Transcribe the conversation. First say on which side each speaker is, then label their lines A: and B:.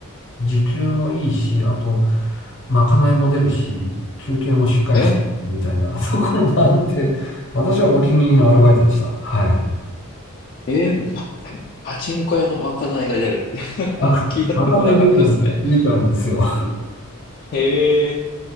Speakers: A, on the left; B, on the left.
A: 時給もいいし、あと、まかないも出るし、休憩もしっかりして、
B: え
A: みたいな <laughs> ところもあって、私はお気に入りのアルバイトでした。はい。
B: えーま <laughs> パチンコ屋のまかないが出る。<laughs>
A: まか、
B: 聞いたことなかったですね。
A: まかない出ちゃう、出ちゃうんですよ。
B: へえ。